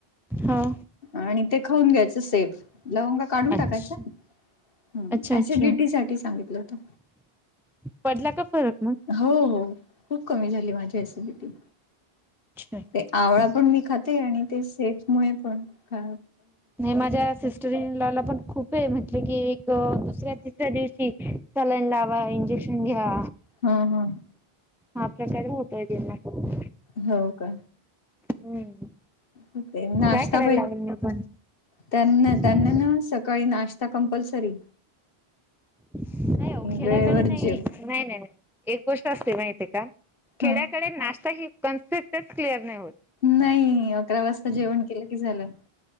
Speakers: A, in the centre; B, on the left.
A: हो.
B: आणि ते खाऊन घ्यायचं सेफ लवंगा काढून टाकायच्या.
A: अच्छा
B: ह
A: अच्छा
B: ऐसीडीटडी
A: अच्छा
B: साठी सांगितलं होत.
A: पडला का फरक मग.
B: हो हो खूप कमी झाली माझी ऍसिडिटी.
A: अच्छा ठीक
B: ते आवळा
A: आहे.
B: पण मी खाते आणि ते सेफ मु पण खा
A: मी माझ्या सिस् टेन ला ला पण खूप म्हटलं की एक दुसऱ्या तिसऱ्या दिवशी सलाईन लावा इंजे क्शन घ्या.
B: हा हा
A: आपल्या कड होतय ते नाय करून
B: हो का
A: हम्म
B: हुतंय नाश्ता
A: काय करायला
B: पाहि
A: लागेल मी पण.
B: त्यांना त्यांना
A: नाही
B: ना सकाळी नाश्ता कंपल्सरीय.
A: नही आवो खेडयकड
B: वेळेवर
A: नाही.
B: जेव
A: नाही नाही नाही एक गोष्ट असते माहिती का खेड्याकडे
B: ह
A: नाश्ता ही कन्सेप्ट टच क्लिअर नाही होत.
B: नाई अकरा वाजता जेवण केलं की झालं.